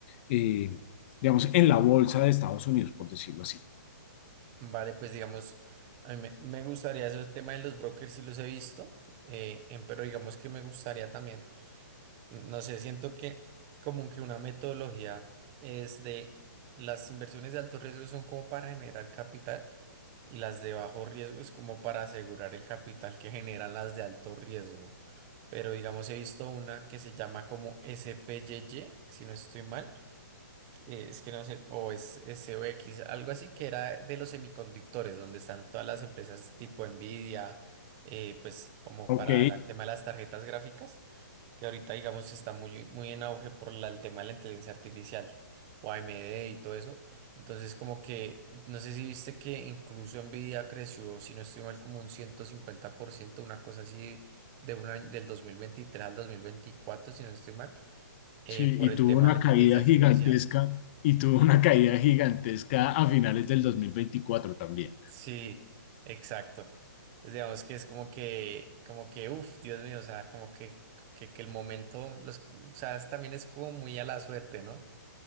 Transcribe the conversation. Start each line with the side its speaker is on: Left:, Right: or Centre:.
Left: eh, digamos, en la bolsa de Estados Unidos, por decirlo así.
Right: Vale, pues digamos, a mí me, me gustaría eso, el tema de los brokers, sí los he visto, eh, em, pero digamos que me gustaría también. No sé, siento que como que una metodología es de las inversiones de alto riesgo son como para generar capital y las de bajo riesgo es como para asegurar el capital que generan las de alto riesgo. Pero digamos, he visto una que se llama como SPYY, si no estoy mal, eh, es que no sé, o es SOX, algo así que era de los semiconductores, donde están todas las empresas tipo Nvidia, eh, pues como
Left: Ok,
Right: para las tema de las tarjetas gráficas que ahorita, digamos, está muy, muy en auge por la- el tema de la inteligencia artificial o AMD y todo eso. Entonces, como que, no sé si viste que incluso Nvidia creció, si no estoy mal, como un 150% una cosa así de un año, del 2023 al 2024 si no estoy mal, eh,
Left: sí,
Right: por
Left: y
Right: el
Left: tuvo
Right: tema
Left: una
Right: de la inteligencia
Left: caída
Right: artificial.
Left: gigantesca, y tuvo una caída gigantesca a finales del 2024 también.
Right: Sí, exacto. Entonces, digamos que es como que, como que, uff, Dios mío, o sea, como que, que, que el momento, los, o sea, también es como muy a la suerte, ¿no?